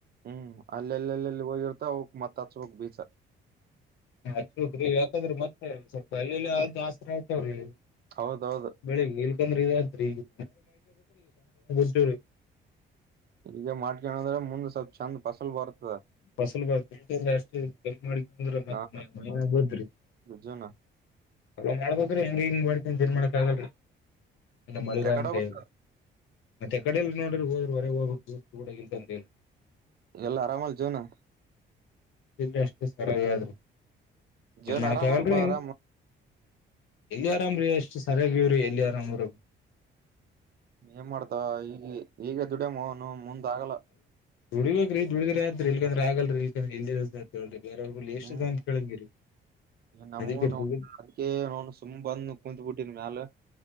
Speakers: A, on the right; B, on the left.
A: ಹ್ಮ್ ಅಲ್ಲೆಲ್ಲೆಲ್ಲೆಲ್ಲಿ ಹೋಗಿರ್ತ ಅವಕ್ ಮತ್ತ ಹಚ್ ಬೇಕ್ ಬೀಜ
B: ಹಚ್ಬೇಕ್ರಿ ಮತ್ತೆ ಸ್ವಲ್ಪ ಎಲ್ಲೆಲ್ಲಿ ಆದಾಸ್ತ್ರ ಆಯತವ್ರಿ
A: ಹೌದೌದು
B: ಬೆಳಿಗ್ಗೆ ಇಲ್ಕಂದ್ರ ಇದಾತ್ತದ್ರಿ ಈಗ <unintelligible>
A: ಈಗ ಮಾಡ್ಕಣಂದ್ರೆ ಮುಂದ್ ಸ್ವಲ್ಪ ಚಂದ ಫಸಲ್ ಬರುತ್ತೆ
B: ಫಸಲ್ ಬರತ ಅಷ್ಟುನು ಇಲ್ಲ ಮಾಡಂದ್ರ ಮತ್ತ
A: ನಾ
B: ಮೈನ ಮ್ಯಾಗ ಬುಳತದ್ರಿ
A: ಜೀವನ
B: ಅ ಮಾಡ್ಬ ಹೆಂಗ ಹಂಗ ಮಾಡ್ತನ್ ತಿರ್ ಮಾಡಕ್ ಆಗಲ್ರಿ ಮಳಿರಾಯನ್
A: ಯಾಕಡೆ ಹೋಗ್ಬೇಕ್
B: ಕೈ ಮತ್ತೆ ಎಕಡ ಇಲ್ಲ ನೋಡ್ರಿ ಹೋದ್ರೆ ಹೊರೆಗೆ ಹೋಗಬೇಕ ದಸ್ ಕೂಡ ಇ ಅಂತ ಹೇಳಿ
A: ಎಲ್ಲಾ ಆರಾಮಲ್ ಜೀವನ
B: ಇಲ್ಲ ಅಷ್ಟು ಸರಿಯಾಗಿದ್ರರು
A: ಜೀವನ
B: ಏನ್ ಮಾಡಕ
A: ಆರಾಮಲ್ಪಾ
B: ಆಗಲ್ರರಿ
A: ಆರಾಮ್
B: ಎಲ್ಲಿ ಆರಾಮ್ರೀ ಅಷ್ಟ್ ಸರಿಯಾಗಿವ್ರಿ ಎಲ್ಲಿ ಆರಾಮ್ರ
A: ಏನ್ ಮಾಡ್ತೋ ಈಗ ಈಗ ದುಡಮನೌನ ಮುಂದ್ ಆಗಲ್ಲ
B: ದುಡಗ್ಬೇಕ್ ರೀದುಡಿದ್ರ ಅತ್ರಿ ಇಲ್ಂದ್ರ ಆಗಲ್ರಿ ಇಲ್ಕಂದ್ರ ಇ ಹೇಳಿ ಬೇರವ್ರ ಬಲ್ಲಿ ಎಷ್ಟ
A: ಹ್ಮ್
B: ದಿನ ಅಂತ ಕೇಳಂಗಿರಿ
A: ನಮಗೂ
B: ಅದಕ್ಕೆ
A: ನ
B: ದುಡಿದ್
A: ಅದಕ ನೋನು ಸುಮ್ ಬಂದ ಕುತ್ ಬಿಟ್ಟಿದ ಮ್ಯಾಲ